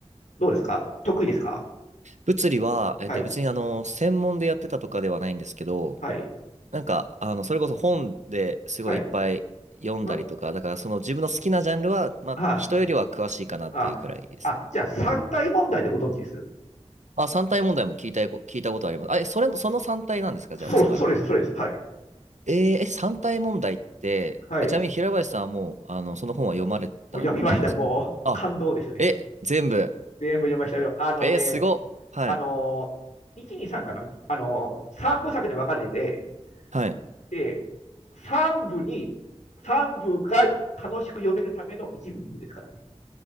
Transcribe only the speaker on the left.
どうですか得意ですか
はい、
はい、
はい。は、
は
あ、あ、あじゃあ三体問題でご存知です
そう、
そうです、そうです。はい、
はい。
もう読みました。もう感動でしたね。
全部読みましたよ。あのね、
あの、1、2、3かなあの、3部作に分かれてて、
えー、3部に、3部が楽しく読めるための1部、2部ですからね。